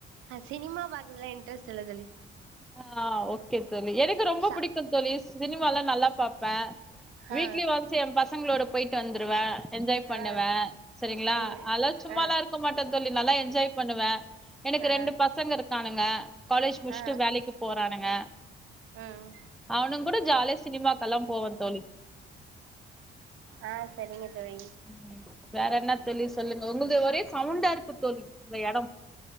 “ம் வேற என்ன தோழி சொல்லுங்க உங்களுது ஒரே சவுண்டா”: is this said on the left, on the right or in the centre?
Centre